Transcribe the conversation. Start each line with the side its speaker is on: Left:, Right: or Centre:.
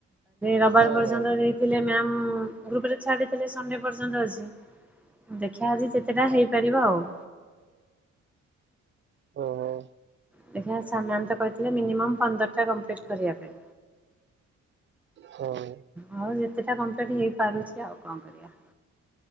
Centre: ରବିବାର
Right: ହଁ
Centre: ପର୍ଯ୍ୟନ୍ତ
Right: ହଁ ହଁ ହଁ।
Centre: ଗ୍ରୁପ୍ ରେ ଛା ସଣ୍ଡେ ପର୍ଯ୍ୟନ୍ତ ଅଛି ଦେଖିବା ଆଜି କେତେଟା ହେଇପାରିବ ଆଉ।
Right: ହୁଁ।
Centre: ଦେଖ ସାମାନ୍ୟ ତ କହିଥିଲେ ମିନିମମ୍ ପନ୍ଦରଟା କମ୍ପ୍ଲିଟ୍ କରିବା ପାଇଁ।
Right: ହଁ।
Centre: ହଉ ଯେତେଟା କମ୍ପ୍ଲିଟ୍ ହେଇପାରୁଛି ଆଉ କଣ କରିବା?